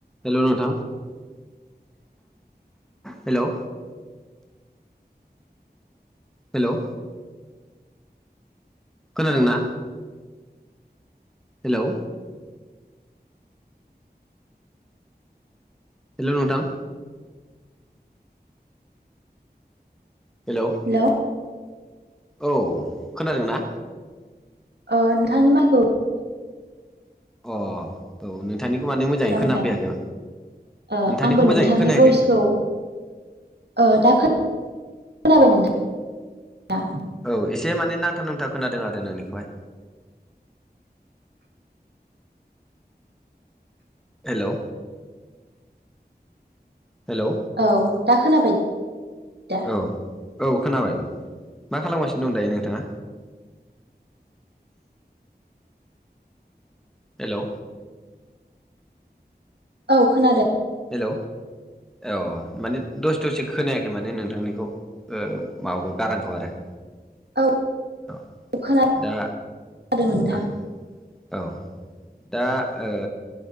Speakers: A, in the centre; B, on the right.
A: Hello नोंथां hello hello खोनादोंना? Hello hello नोंथां हेलौ
B: हेलौ
A: औ खोनादोंना?
B: ओ नोंथांनि माथोखौ
A: अ औ नोंथांनि माने मोजाङै
B: खोनाबाय
A: खोनाफैयाखै,
B: नोंथां ओ
A: नोंथांनिखौ
B: आंबो नोंथांनि
A: मोजाङै खोनायाखै
B: भइसखौ
A: माने।
B: ओ दा खोनाबाय नोंथां दा
A: औ एसे माने नांथा नुंथा खोनादों आरो नोंनिखौहाय। हेलौ हेलौ
B: औ दा खोनाबाय? दा
A: औ औ खोनाबाय। मा खालामगासिनो दं दायो नोंथाङा? हेलौ
B: औ खोनादो।
A: हेलौ औ माने दसे दसे खोनायाखै माने नोंथांनिखौ। ओ माबाखौ गारांखौ आरो।
B: औ
A: औ
B: खोनादों
A: दा
B: नोंथां
A: ओ औ दा ओ